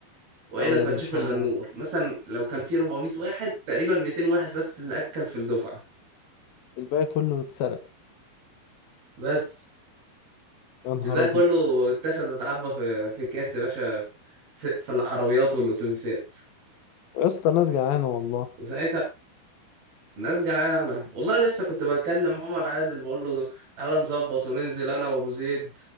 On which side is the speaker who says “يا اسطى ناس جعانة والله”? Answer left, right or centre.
Left